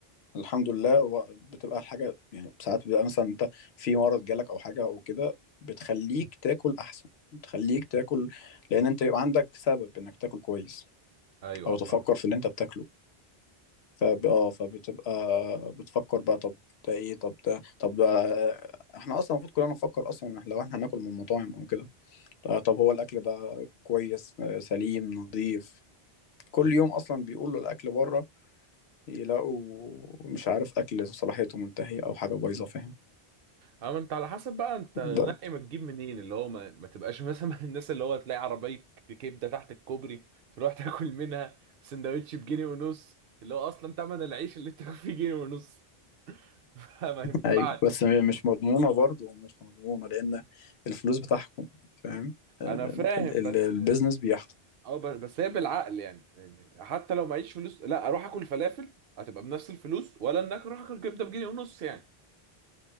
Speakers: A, on the left; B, on the right.
A: الحمد لله هو بتبقى الحاجة يعني ساعات بيبقى مثلا انت في مرض جالك او حاجة او كده بتخليك تاكل احسن بتخليك تاكل لان انت بيبقى عندك سبب انك تاكل كويس
B: ايوه
A: او
B: اه
A: تفكر
B: فاهم
A: في اللي انت بتاكله فب... اه فبتبقى بتفكر بقى طب ده ايه طب ده طب ده احنا اصلا المفروض كلنا نفكر اصلا لو احنا هناكل من مطاعم او كده آه، طب هو الاكل ده كويس آه، سليم نظيف كل
B: مم.
A: يوم اصلا بيقولوا الاكل بره يلاقوا مش عارف اكل صلاحيته منتهيه او حاجه بايظه فاهم
B: اه ما انت على حسب بقى انت
A: ده
B: نقي ما تجيب منين اللي هو ما, ما تبقاش مثلا <laughs> من الناس اللي هو تلاقي عربية كبدة تحت الكوبري تروح <laughs> تاكل منها سندوتش بجنيه ونص اللي هو اصلا تمن العيش اللي انت فيه جنيه ونص <laughs> ما ينفعش
A: ايوه بس م- مش مضمونه برضه مش مضمونه لان الفلوس بتحكم فاهم ال-
B: انا فاهم
A: ال- ال-
B: بس
A: البيزنس بيحكم
B: اه ب- بس هي بالعقل يعني. يعني حتى لو معيش فلوس لا اروح اكل فلافل هتبقى بنفس الفلوس ولا انك اروح اكل كبدة بجنيه ونص يعني